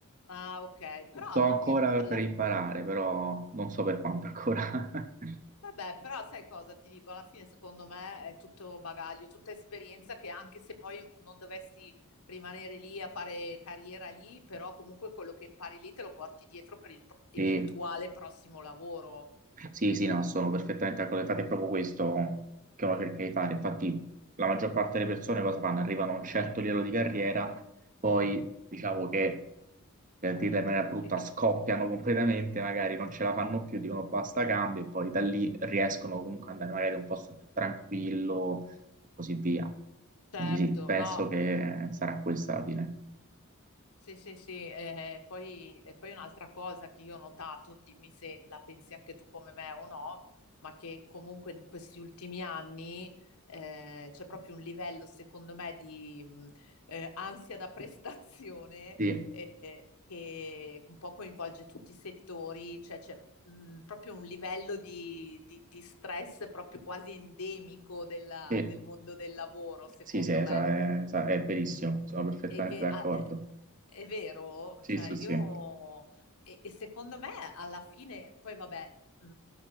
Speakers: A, on the left (about 85°); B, on the right (about 35°).
A: ah, ok, però
B: Sto ancora
A: anche alla
B: per imparare, però non so per quanto ancora. <laughs>
A: Vabbè, però sai cosa ti dico? Alla fine, secondo me, è tutto bagaglio, tutta esperienza che anche se poi non dovessi rimanere lì a fare carriera lì, però comunque quello che impari lì te lo porti dietro per il pro- eventuale
B: Sì.
A: prossimo lavoro.
B: Sì, sì, no, sono perfettamente d'accordo. Infatti è proprio questo che uno cerca di fare. Infatti la maggior parte delle persone cosa fanno? Arrivano a un certo livello di carriera, poi diciamo che, per dirla in maniera brutta,
A: Sì,
B: scoppiano completamente, magari non ce la fanno più, dicono basta cambio e poi da lì riescono comunque ad andare magari in un posto più tranquillo e così via.
A: certo,
B: Quindi sì, penso
A: no.
B: che sarà questa la fine.
A: Sì, sì, sì, eh, eh, poi, e poi un'altra cosa che io ho notato, dimmi se la pensi anche tu come me o no, ma che comunque in questi ultimi anni eh, c'è proprio un livello, secondo me, di mh, eh, ansia da <laughs> prestazione
B: Sì,
A: eh, eh, che un po' coinvolge tutti i settori, cioè c'è mh, proprio un livello di, di- di stress proprio quasi endemico della-
B: sì,
A: del mondo del lavoro, secondo
B: sì, sì, esa-
A: me.
B: è, esa- è verissimo, sono perfettamente
A: E che,
B: d'accordo.
A: ah, eh, è vero,
B: Sì,
A: cioè
B: sì,
A: io
B: sì.
A: e, e secondo me alla fine, poi vabbè, mh,